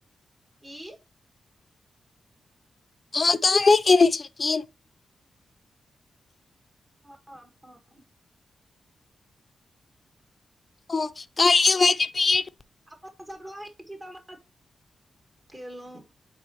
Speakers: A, on the right (about 30°); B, on the left (about 35°).
A: ई
B: हँ तहन नहि कयने छलखिन
A: हँ हँ
B: हँ कहलियै
A: बात
B: वैह जे बी एड
A: हमसब रहै छी तऽ केलहुँ